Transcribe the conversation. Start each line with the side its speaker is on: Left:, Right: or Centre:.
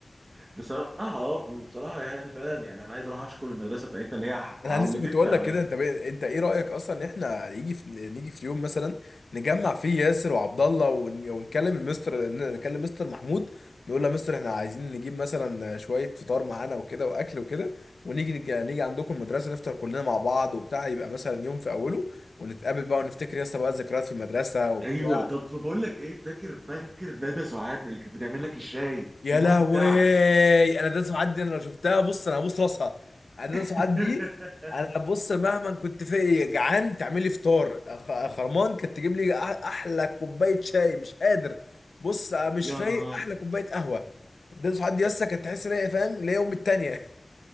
Right: بصراحه اه بصراحه يعني فعلا يعني انا عايز اروح اشكر المدرسه بتاعتنا ان هي
Left: انا
Right: عودتنا
Left: لسه كنت اقول لك
Right: على
Left: كده انت بي... انت ايه رايك اصلا ان احنا يجي في... نيجي في يوم مثلا نجمع فيه ياسر وعبد الله ون... ونكلم المستر نكلم مستر محمود نقول له يا مستر احنا عايزين نجيب مثلا شويه فطار معانا وكده واكل وكده ونيجي نج... نيجي عندكم المدرسه نفطر كلنا مع بعض وبتاع يبقى مثلا يوم في اوله ونتقابل بقى ونفتكر ياسر بقى الذكريات في المدرسه وبتاع
Right: ايوه طب بقول لك ايه فاكر فاكر دادا سعاد اللي كانت بتعمل لك الشاي
Left: يا
Right: في المج
Left: لهوي
Right: بتاعك
Left: انا ده سعاد دي انا لو شفتها بص انا هبوس راسها انا
Right: <laughs>
Left: ده سعاد دي انا بص مهما كنت في جعان تعمل لي فطار خ- خرمان كانت تجيب لي أح- احلى كوبايه شاي مش قادر بص مش
Right: يا
Left: فايق
Right: نهار
Left: احلى كوبايه قهوه ده سعاد دي لسه كانت تحس ان هي فاهم اللي هي امي التانيه <laughs>